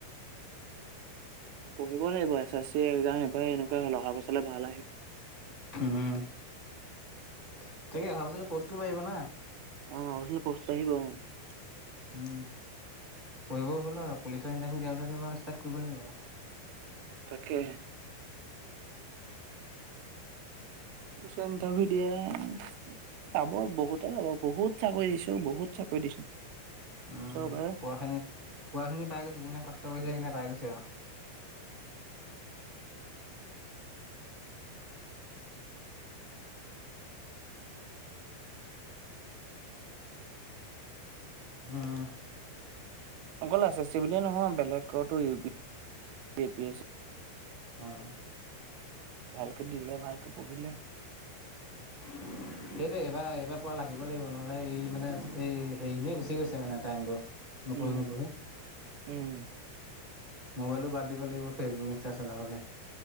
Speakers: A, on the right; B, on the right.
A: পঢ়িব লাগিব, এছ এছ চি একজাম এইবাৰ এনেকুৱা হল, অহা বছৰলে ভাল আহিব।
B: উম, তাকে অহা বছৰলে পষ্টটো বাঢ়িব না।
A: <unintelligible>
B: উম পঢ়িবও হ'ল আৰু পুলিচৰ ইণ্টাৰভিউ দিয়াৰ পিছত। তাত কৰিব লাগিব।
A: তাকে পুলিচৰ ইণ্টাৰভিউ দিয়ে, পাব বহুতে পাব। বহুত চাকৰি দিছো বহুত চাকৰি দিছো।
B: উম,
A: চৰকাৰে।
B: পোৱা খিনি পোৱা খিনি পাই গৈছে, যোনে কষ্ট কৰিছে সেইখিনিয়ে
A: উম,
B: পাই গৈছে আৰু। উম।
A: অকল আছে, চিভিলিয় নহয় বেলেগতো U P P A C.
B: আহ।
A: ভালকে দিলে ভালকে পঢ়িলে।
B: <inaudible> সেইটো এইবাৰ এইবাৰ পুৰা লাগিব লাগিব নহলে এই মানে এই হেৰি এনে গুচি গৈছে মানে টাইমটো। নপঢ়ি
A: উম
B: নপঢ়ি।
A: উম।
B: মোবাইলো বাদ দিব লাগিব। Facebook, Insta চলাবলে।